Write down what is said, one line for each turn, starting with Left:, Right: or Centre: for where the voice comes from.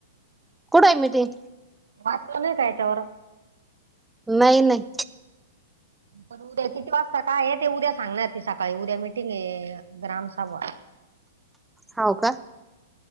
Centre: कुठं आहे मीटिंग?
Right: वाचलं नाही काय याच्यावर?
Centre: नाही नाही
Right: पण उद्या किती वाजता काय आहे ते उद्या सांगणार ती सकाळी उद्या मिटिंग आहे ग्रामसभा
Centre: हो का?